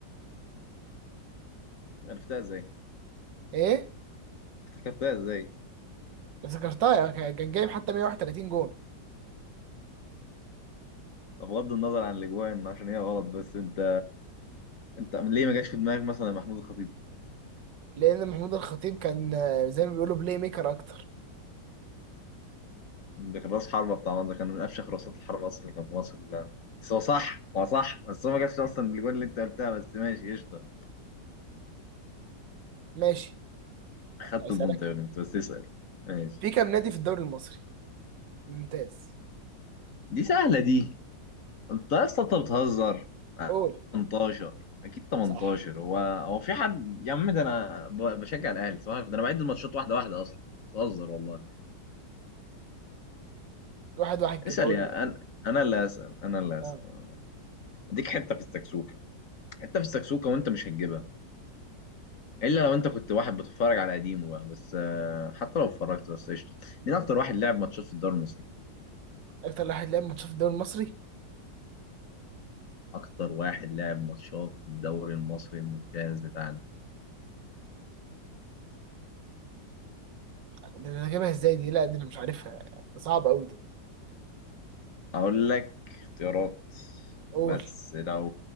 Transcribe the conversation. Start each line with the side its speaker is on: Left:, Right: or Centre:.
Left: عرفتها إزاي؟
Right: ايه
Left: افتكرتها إزاي؟
Right: افتكرتها يعني كان كان جايب حتى 131 جون
Left: بغض النظر عن الأجوان عشان هي غلط بس أنت انت ليه ما جاش في دماغك مثلا محمود الخطيب
Right: لان محمود الخطيب كان آه، زي ما بيقولوا بلاي ميكر اكتر
Left: ده كان راس حربة بتاع ده كان من افشخ راسات الحربة اصلا اللي كان في مصر كلها بس هو صح هو صح بس هو ما جابش اصلا الجول اللي انت قلتها بس ماشي قشطة
Right: ماشي
Left: خدت
Right: اسألك
Left: البنطة يعني انت بس اسأل ماشي
Right: في كام نادي في الدوري المصري ممتاز
Left: دي سهلة دي انت يا اسطى انت بتهزر
Right: قول
Left: 18 اكيد 18
Right: صح
Left: هو هو في حد يا عم ده انا ب- بشجع الاهلي صح ده انا بعد الماتشات واحدة واحدة اصلا بتهزر والله
Right: واحد واحد كده
Left: اسأل
Right: قول
Left: يا انا انا اللي اسأل انا اللي اسأل
Right: آه.
Left: أنا اللي أسأل. اديك حتة في السكسوكة حتة في السكسوكة وانت مش هتجيبها الا لو انت كنت واحد بتتفرج على قديمه بقى بس آه، حتى لو اتفرجت بس قشطه مين اكتر واحد لعب ماتشات في الدوري المصري
Right: اكتر واحد لعب ماتشات في الدوري المصري
Left: اكتر واحد لعب ماتشات في الدوري المصري الممتاز بتاعنا
Right: دي انا جايبها ازاي دي لا دي انا مش عارفها صعب قوي دي
Left: اقول لك اختيارات
Right: قول
Left: بس لو